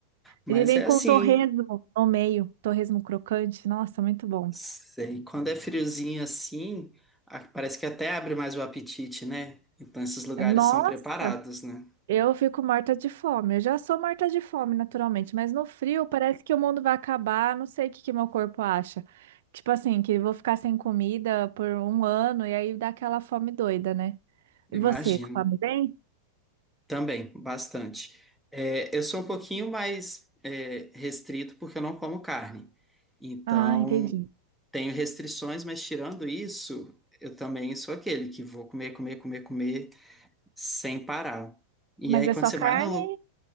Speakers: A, in the centre; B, on the right.
A: Mas
B: Ele vem
A: é
B: com
A: assim,
B: torresmo no meio, torresmo crocante. Nossa, muito bom.
A: sei, quando é friozinho assim, a- parece que até abre mais o apetite, né? Então esses lugares
B: É, Nossa!
A: são preparados, né?
B: Eu fico morta de fome. Eu já sou morta de fome, naturalmente, mas no frio parece que o mundo vai acabar. Não sei o que que meu corpo acha. Tipo assim, que eu vou ficar sem comida por um ano e aí dá aquela fome doida, né? E você,
A: Imagino.
B: come bem?
A: Também, bastante. É, eu sou um pouquinho mais é, restrito porque eu não como carne. Então,
B: Ah, entendi.
A: tenho restrições, mas tirando isso, eu também sou aquele que vou comer, comer, comer, comer sem parar. E
B: Mas
A: aí,
B: é
A: quando
B: só
A: você
B: carne
A: vai no lu-